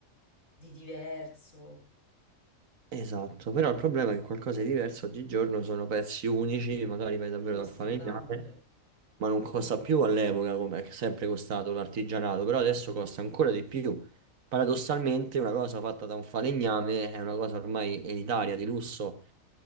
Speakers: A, on the left; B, on the right.
A: di diverso,
B: Esatto, però il problema è che qualcosa di diverso oggigiorno sono pezzi unici, magari vai davvero
A: che costano
B: dal falegname,
A: tanto.
B: ma non costa più all'epoca come è sempre costato l'artigianato, però adesso costa ancora di più. Paradossalmente una cosa fatta da un falegname è una cosa ormai elitaria, di lusso.